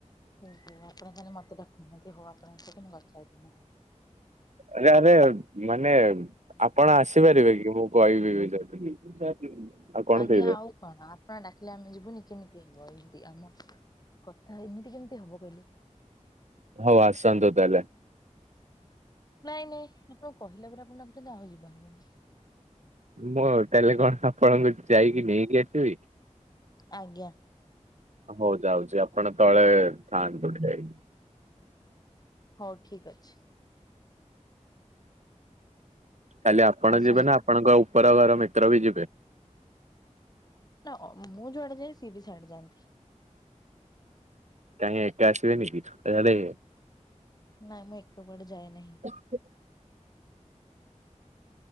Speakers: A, on the left; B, on the right.
A: ଓହୋ ଆପଣ ତାହେଲେ ମତେ ଡାକୁ ନାହାଁନ୍ତି ହଉ ଆପଣଙ୍କ ସହିତ ମୁଁ କଥା ହେବିନି।
B: ଆରେ ଆରେ ମାନେ ଆପଣ ଆସିପାରିବେ କି ମୁଁ କହିବି ବି ଯଦି। ଆଉ କଣ
A: ଆଜ୍ଞା
B: ପିଇବେ
A: ଆଉ କଣ ଆପଣ ଡାକିଲେ ଆମେ ଯିବୁନି କେମିତି ହବ ଏମିତି ଆମ କଥା ଏମିତି କେମିତି ହବ କହିଲେ।
B: ହଉ ଆସନ୍ତୁ ତାହେଲେ।
A: ନାଇଁ ନାଇଁ ଆପଣ କହିଲା ପରେ ଆପଣ ଡାକୁଚନ୍ତି ଆଉ ଯିବାରନାହିଁ।
B: ମୁଁ ତାହାଲେ କଣ ଆପଣଙ୍କୁ ଯାଇକି ନେଇକି ଆସିବି?
A: ଆଜ୍ଞା।
B: ହଉ ଯାଉଚି ଆପଣ ତଳେ ଥାଆନ୍ତୁ ଠିଆ ହେଇକି।
A: ହଉ ଠିକ୍ ଅଛି।
B: କାଲି ଆପଣ
A: ଆସନ୍ତୁ
B: ଯିବେ ନା ଆପଣଙ୍କ ଉପର ଘର ମିତ୍ର ବି ଯିବେ?
A: ନା ଅ ମୁଁ ଯୁଆଡ଼େ ଯାଏ ସିଏବି ସିଆଡ଼େ ଯାଆନ୍ତି।
B: କାହିଁ ଏକା ଆସିବେନି କି ଛକ ଆଡ଼େ?
A: ନାଇଁ ମୁଁ ଏକା କୁଆଡ଼େ ଯାଏ ନାହିଁ।
B: <unintelligible>